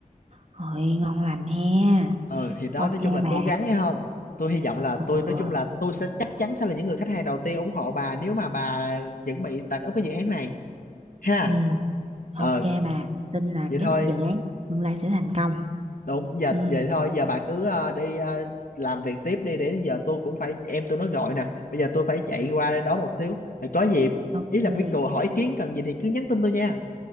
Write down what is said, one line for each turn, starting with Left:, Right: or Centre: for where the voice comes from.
Right: hội ngon lành ha
Left: ờ thì đó
Right: ok
Left: nói chung là
Right: bà
Left: cố gắng nhé không tôi hy vọng là
Right: ừ,
Left: tôi nói chung là tôi sẽ chắc chắn sẽ là những người khách hàng đầu tiên ủng hộ bà nếu mà bà chuẩn bị tạt úp cái dự án này ha
Right: ừ, ok
Left: ờ
Right: bà tin là
Left: vậy
Right: cái
Left: thôi
Right: dự án tương lai sẽ thành công
Left: đúng giờ
Right: ừ,
Left: vậy thôi giờ bà cứ ờ, đi ờ, làm việc tiếp đi để giờ tôi cũng phải em tôi nó gọi nè bây giờ tôi phải chạy qua đây đó một xíu rồi có gì
Right: ok
Left: ý là với cô hỏi ý kiến cần gì thì cứ nhắn tin tôi nha